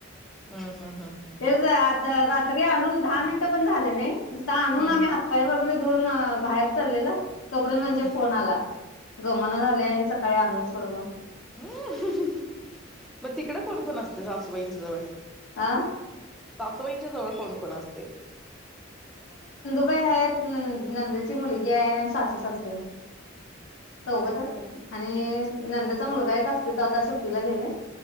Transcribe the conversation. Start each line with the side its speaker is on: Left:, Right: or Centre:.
Centre: हम्म हम्म हम्म हम्म
Left: तेच डाळभात तरी आणून दहा मिन पण झाले नाही नुसता आणून
Centre: हम्म
Left: आम्ही हातपाय वगैरे धुऊन बाहेर चाललेलो. तोपर्यंत म्हणजे
Centre: हम्म
Left: फोन आला गमना झालयं आणि सकाळी आणून सो सोडवून
Centre: <unintelligible> मग तिकडं कोणकोण असतं सासूबाईंच्या जवळ?
Left: आह
Centre: सासूबाईंच्या जवळ कोण कोण असतंय?
Left: होय हायत नणंद नंद ची मुलगी हाय आणि सास सासरे द्या. चौघचं असत्यात की आणि नंदचा मुलगा एक असतोय तो आता सुट्टीला गेलाय